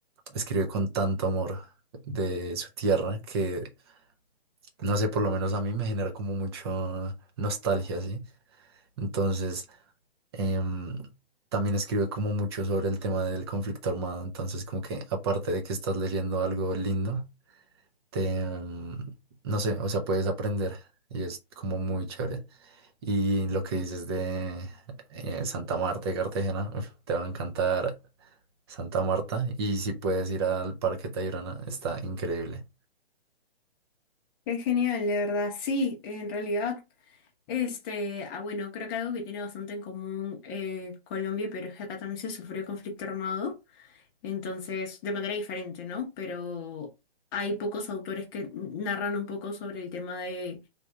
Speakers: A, on the right; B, on the left.
A: escribe con tanto amor de su tierra que, no sé, por lo menos a mí me genera como mucho nostalgia, ¿sí? Entonces, em, también escribe como mucho sobre el tema del conflicto armado, entonces como que aparte de que estás leyendo algo lindo, te, mm, no sé, o sea, puedes aprender y es como muy chévere. Y lo que dices de eh, Santa Marta de Cartagena, uf, te va a encantar Santa Marta. Y si puedes ir al Parque Tayrona, está increíble.
B: Qué genial, de verdad. Sí, en realidad. Este, ah, bueno, creo que algo que tiene bastante en común eh, Colombia y Perú es que acá también se sufrió conflicto armado, entonces, de manera diferente, ¿no? Pero hay pocos autores que narran un poco sobre el tema de,